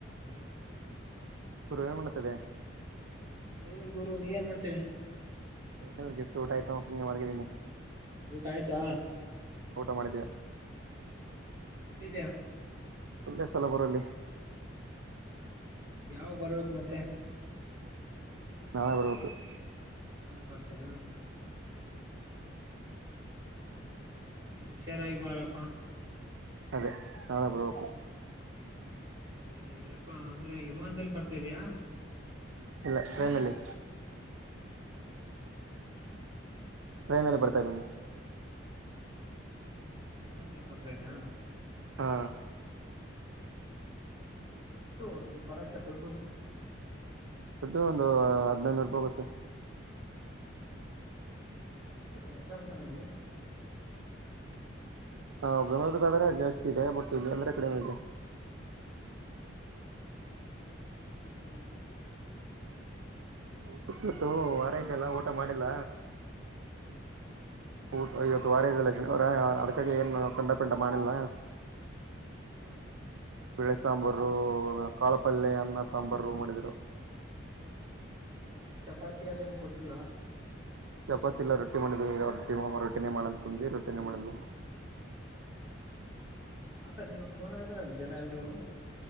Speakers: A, on the right; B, on the right.
A: Hello
B: ಪರ್ವೇ ಮಾಡತದೆ
A: ಏನ ಗುರು ನೀ ಏನ್ ಮಾಡ್ತೇನೆ
B: ಎ ಜಸ್ಟ್ ಊಟ ಆಯ್ತು ಸುಮ್ನೆ ಮಲ್ಗಿದಿನಿ
A: ಊಟ ಆಯ್ತಾ
B: ಊಟ ಮಾಡಿದ್ದೀವೆ <inaudible>
A: ಎಲ್ಲಿದ್ಯಾ
B: ಇಲ್ಲ ಸ್ಥಲಪುರಲ್ಲಿೇ
A: ಯಾವ ಬರ್ಬೇಕು ಮತ್ತೆ
B: ನಾಳೆ ಅವರಬೇಕಬೇಕು
A: ನಾಳೆ ಬರ್ತೇ ಹ್ಮ್ ಹುಷಾರಾಗಿ ಬಾರಪ್ಪಾ
B: ಅದೇ ನಾಳೆ ಬರಕ
A: ಯಾರ ಏನಪ್ಪ ಅಂದ್ರೆ ವಿಮಾನದಲ್ಲಿ ಬರ್ತಾ ಇದ್ಯಾ
B: ಇಲ್ಲ ಟ್ರೈನಲ್ಲಿ
A: ಹ್ಮ್
B: ಟ್ರೈನ್ಲ್ಲಿ ಬರ್ತಾ ಇದ್ದೀಿ
A: ಹಮಂದದಲ್ಲಿ ಬರ್ತಾ ಇದ್ಯಾ
B: ಹಾ
A: ಹ್ಮ್ ಎಷ್ಟು ಈ ಬರಕ್ಕೆ ದುಡ್ಡು
B: ಸಟ ಒಂದು ಹದ್ಿನೈನೂರು ರೂಪಾಯಿೋಗುತ್ತೆ
A: ಜಾಸ್ತಿಿನವಾ ಐಟಪ್್ರನಲ್ಲೇ
B: ಹಾ ಬೆಂಗಳಳೂರ್ಗಾದ್ರೆ ಜಾಸ್ತಿ ಇದೆ ಬಟ್ ಇಲ್ಲಿ ಅಂದ್ರೆ ಕಡೆ ಇದೆ
A: ಹೌದಾ ಏನ್ ಊಟಕ್ಕೆ ಏನ್ ಮಾಡಟ್ಟಿದರು ಬೀಗರು
B: ಊಟ ಕತ್ತು ವಾರ ಇದತೆಲ್ಲ ಊಟ ಮಾಡಿಲ್ಲ
A: ಹ
B: ಊ ಇವತ್ತು ವಾರ ಇದ ಲಕ್ಷ್ಮಿ ಅವರ ಅದ್ಕಾಗಿ ಏನು ಕಂಡಪಿಠ ಮಾಡಿಲ್ಲ
A: ಹ್ಮ
B: ಬಿಳೆ ಸಾಂಬಾರ ಕಾಳಪಲ್ೆ ಅನ್ನ ಸಾಂಬಾರ ಮಾಡಿದ್ರು
A: ಮತ್ತೆ ಚಪಾತಿ ಅದೇಏನು ಕೊಟ್ಟಿಲ್ಲ
B: ಚಪಾತಿಲ್ಲ ರೊಟ್ಟಿ ಮಾಡಿದ್ವಿಾವ ರೊಟ್ಟಿ ರೊಟಿನೇ ಮಾಡಂತ ತಂದ್ವಿ ರೊಟಿನೇ ಮಾಡಲ್ <inaudible>
A: ಮತ ನಿನ್ ಕೋನ ಇದಾರ ಜನ ಎಲ್ರು